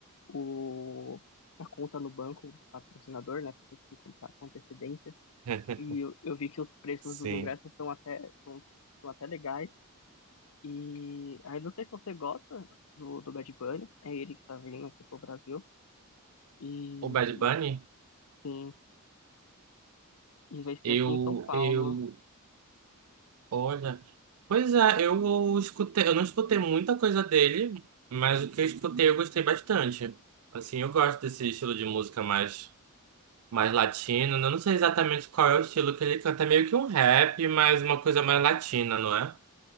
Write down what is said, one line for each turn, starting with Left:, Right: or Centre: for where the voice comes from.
Left: o a conta no banco, patrocinador, né, pra conseguir comprar com antecedência.
Right: <laughs>
Left: E eu, eu vi que os preços
Right: Sim.
Left: dos ingressos estão até, estão até legais. E aí não sei se você gosta do, do Bad Bunny, é ele que tá vindo aqui pro Brasil. E
Right: O Bad Bunny,
Left: sim, e vai ser
Right: eu,
Left: aqui em São Paulo.
Right: eu, olha, pois é, eu escutei, eu não escutei muita coisa dele, mas o que eu escutei eu gostei bastante. Assim, eu gosto desse estilo de música mais, mais latino. Eu não sei exatamente qual é o estilo que ele canta, é meio que um rap, mas uma coisa mais latina, não é?